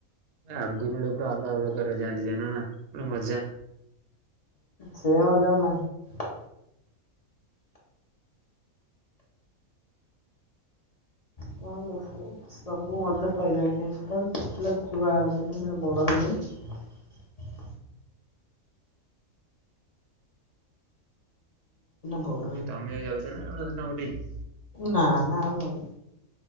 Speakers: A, on the right (about 60°); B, on the left (about 50°).
A: ଭାଇ ଆଗରୁ ଗୋଟେ ପୁରା ଅଲଗା ପ୍ରକାରର ଯାଆନ୍ତି ଜାଣନା? ମଜା।
B: ସେ ମଜା ଆଉ ନାହିଁ। ହ ସବୁ ମଜା ସଇଲାଣି ହେ ଛୁଆ <unintelligible> ବଡ ହେଲେଣି। ହଁ। ବଡ
A: ଏ ତମେ ବି ଯାଉଛ ନା <unintelligible> <unintelligible>
B: ନାଁ ନାଁ ଆଉ ଯାଉନି।